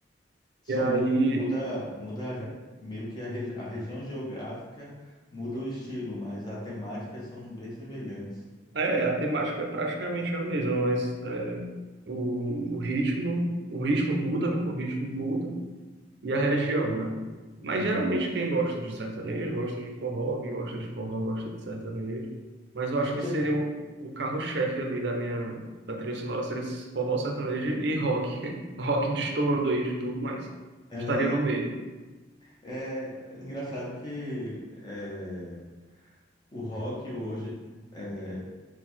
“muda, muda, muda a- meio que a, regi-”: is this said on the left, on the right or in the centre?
Left